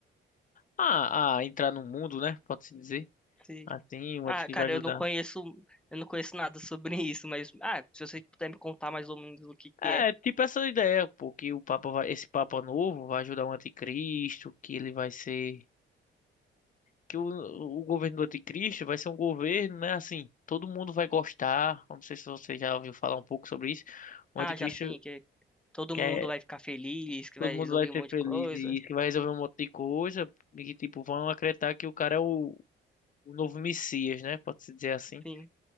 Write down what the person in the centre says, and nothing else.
Sim.
Ah,
cara,
eu não conheço, eu não conheço nada sobre <laughs> isso, mas ah, se você puder me contar mais ou menos o que
que é.
Ah,
já sim, que todo
mundo vai ficar feliz, que
vai
resolver
um monte
de coisa,
sim.